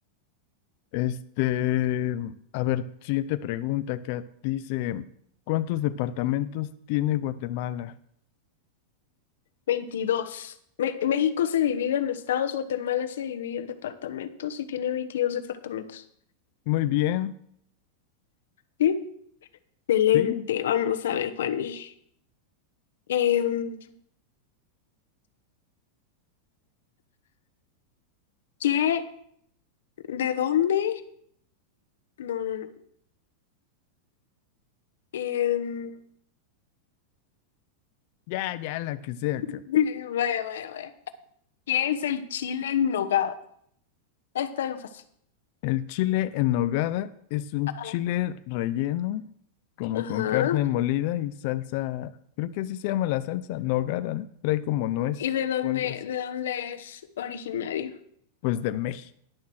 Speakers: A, on the left; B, on the left.
A: este, a ver, siguiente pregunta acá. Dice, ¿cuántos departamentos tiene Guatemala?
B: veintidós. Me- México se divide en estados, Guatemala se divide en departamentos y tiene 22 departamentos.
A: Muy bien,
B: ¿Sí? Excelente.
A: ¿sí?
B: Vamos a ver, Juani. Em, ¿qué? ¿De dónde? No, no, no. Em,
A: Ya, ya, la que sea,
B: <laughs>
A: Kat.
B: vaya, vaya, vaya. ¿Qué es el chile en nogada? Está bien fácil.
A: El chile en nogada es un
B: Ah,
A: chile relleno, como
B: Ajá.
A: con carne molida y salsa, creo que así se llama la salsa, nogada, ¿no? Trae como nuez
B: ¿Y de dónde,
A: o algo así.
B: de dónde es originario?
A: Pues de México.